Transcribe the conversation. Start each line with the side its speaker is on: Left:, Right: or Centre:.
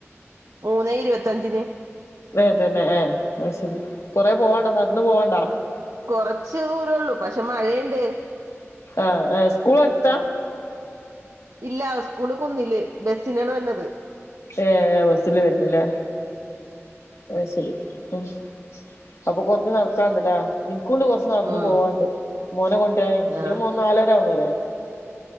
Right: മൂന്നേ ഇരുപത്തഞ്ചിന്
Left: ഏഹ് തന്നെ ഏഹ് അഹ് ശരി കൊറേ പോവാണ്ടോ നടന്നു പോവാണ്ടോ
Right: കൊറച്ച് ദൂരേള്ളൂ പക്ഷെ മഴയുണ്ട്
Left: ആഹ് ആഹ് സ്കൂൾ അടുത്താ
Right: ഇല്ല സ്കൂള് കുന്നില് ബസ്സിനാണ് വരുന്നത്
Left: ഏഹ് ബസ്സിലാ വരല് ല്ലേ അഹ് ശരി ഉം അപ്പൊ കൊറഞ് നടക്കാണ്ടല്ലേ ഇൻക്കൂണ്ട് കൊറ ച്ച് നടന്നു
Right: ഉം
Left: പോവാണ്ട് മോനെ കൊണ്ടുവരാനെയ് ഇന്റെ
Right: ആഹ്
Left: മോൻ നാലര ആവും വരാന്